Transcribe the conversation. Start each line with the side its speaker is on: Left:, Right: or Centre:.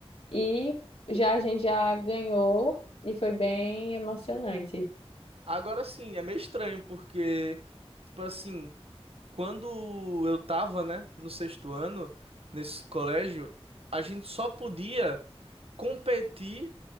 Left: E já a gente já ganhou e foi bem emocionante.
Right: Agora sim, é meio estranho, porque, tipo assim, quando eu tava, né, no sexto ano, nesse colégio, a gente só podia competir